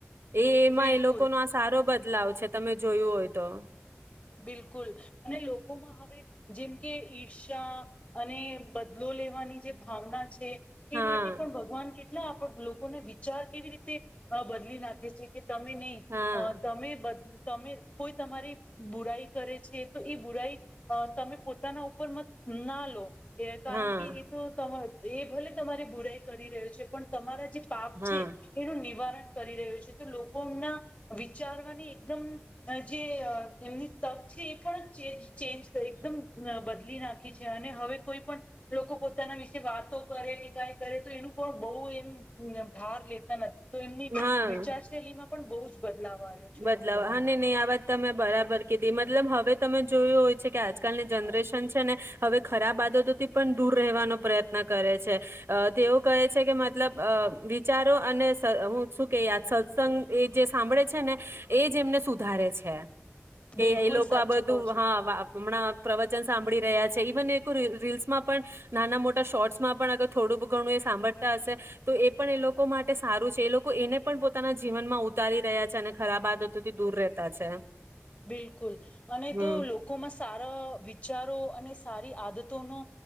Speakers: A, on the right; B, on the left.
A: એ એમાં
B: બિલકુલ
A: એ લોકો નો આ સારો બદલાવ છે તમે જોયું હોય તો.
B: બિલકુલ અને લોકોમાં હવે જેમ કે ઈર્ષા અને બદલો લેવાની જે ભાવના છે
A: હા
B: એ માટે પણ ભગવાન કેટલા ના આપ લોકોને વિચાર કેવી રીતે અ બદલી નાખે છે કે તમે નહી
A: હા
B: અ તમે બધ તમે કોઈ તમારી બુરાઈ કરે છે તો એ બુરાઈ અ તમે પોતાના ઉપર મ ના લો. એ કારણ
A: હા
B: કે એ તો ત એ ભલે તમારી બુરાઈ કરી રહ્યો છે પણ તમારા જે પાપ
A: હા
B: છે એનું નિવારણ કરી રહ્યો છે તો લોકોના વિચારવાની એકદમ જે એમની તક છે એ પણ ચેન્જ એકદમ બદલી નાખી છે અને હવે કોઈ પણ, લોકો પોતાના વિશે વાતો કરે કે કઈ કરે તો એનું પણ બહુ એમ ભાર લેતા નથી. તો એમની
A: હા
B: વિચાર શૈલીમાં પણ બહુ જ બદલાવ આવ્યો છે
A: બદલાવ
B: લોકોના
A: હા ને નહી આ વાત તમે બરાબર કેધી મતલબ હવે તમે જોયું હોય છે કે આજકાલની જનરેશન છે ને, હવે ખરાબ આદતોથી પણ દૂર રહેવાનો પ્રયત્ન કરે છે. અહ તેઓ કહે છે કે મતલબ અહ વિચારો અને શ હું શું કે આ સત્સંગ એ જે સાંભળે છે ને એજ એમને સુધારે છે.
B: બિલકુલ
A: કે એ લોકો
B: સાચું
A: આ બધું
B: કહો છો
A: હા વા હમણાં પ્રવચન સાંભળી રહ્યા છે. ઇવન એકું રી-રીલ્સમાં પણ નાના મોટા શોર્ટસમાં પણ અગર થોડું બ ઘણું એ સાંભળતા હશે તો એ પણ એ લોકો માટે સારું છે. એ લોકો એને પણ પોતાના જીવનમાં ઉતારી રહ્યા છે અને ખરાબ આદતોથી દૂર રહેતા છે.
B: બિલકુલ અને
A: હમ
B: તો લોકોમાં સારા વિચારો અને સ સારી આદતો નો